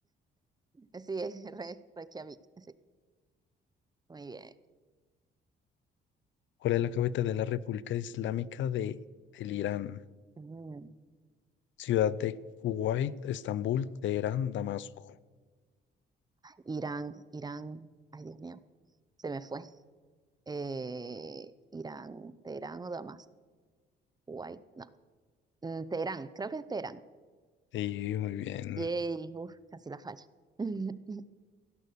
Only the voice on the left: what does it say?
¿Cuál es la capital de la República Islámica de, del Irán?
Ciudad de Kuwait, Estambul, Teherán, Damasco.
Sí, muy bien.